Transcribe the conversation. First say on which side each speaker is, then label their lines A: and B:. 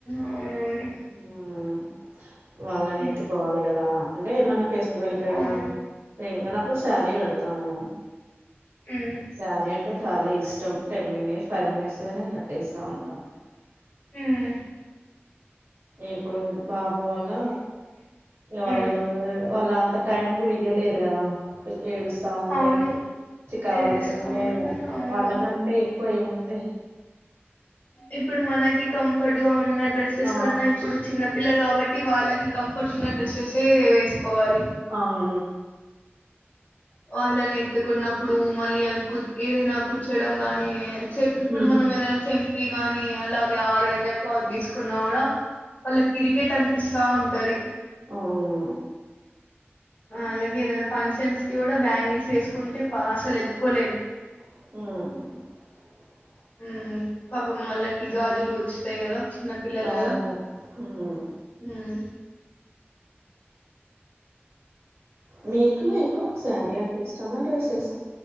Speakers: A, on the left; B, on the right.
A: అవునవును
B: మ్మ్ వాళ్ళని
A: మ్మ్
B: ఎత్తుకోవాలి కదా అంటే ఏమన్నా ఫెస్టివల్ కైనా
A: అవును
B: దేనికన్నా అప్పుడు శారీ కడతాము
A: మ్మ్
B: శారీ అంటే చాలా ఇష్టం టెన్ మినిట్స్ ఫైవ్ మినిట్స్ లోనే కట్టేస్తా ఉంటాను
A: మ్మ్
B: ఇప్పుడు బాబు వల్ల ఇ వాళ్ళు
A: మ్మ్
B: వాళ్ళ అంత అంత టైం గుడి ఇయ్యలేదు కదా ఏడుస్తా ఉంటాయి
A: అవును
B: చికా
A: ఏడుస్తా
B: పడుకుంటాయి
A: ఉంటారు అవును
B: వాళ్ళకంటే ఎక్కువ ఏముంది
A: ఇప్పుడు మనకి కంఫర్ట్ గా ఉన్నది డ్రెస్సెస్
B: ఆ
A: కన్నా ఇప్పుడు చిన్న పిల్లలు కాబట్టి వాళ్ళకి కంఫర్ట్ ఉన్న డ్రెస్సెస్ వేసుకోవాలి
B: అవు
A: వా అళ్లానే ఎతుకున్న ఇప్పుడు మళ్ళీ అవి ఏదైనా కూర్చోడం కానీ ఇప్పుడు
B: మ్మ్
A: మనం ఏదైనా చెంకి గానీ అలాగే ఆరు గంజకు తీసుకున్నా కూడా వాళ్ళ ఇరిటేట్ అనిపిస్తా ఉంటు అది
B: అవునా
A: అలాగే ఏదైనా ఫంక్షన్స్ ఇ కూడా బ్యాంగిల్స్ వేసుకుంటే అసలు ఎత్తుకోలేం
B: ఉమ్
A: ఉమ్ పాపం వాళ్లకి గాజులు గుచ్చుతాయి కదా చిన్న పిల్లలు
B: అవును
A: కదా
B: మ్మ్
A: మ్మ్
B: మీ కు ఎక్కువ సారీ అంటే ఇష్టమ డ్రెస్ స్సా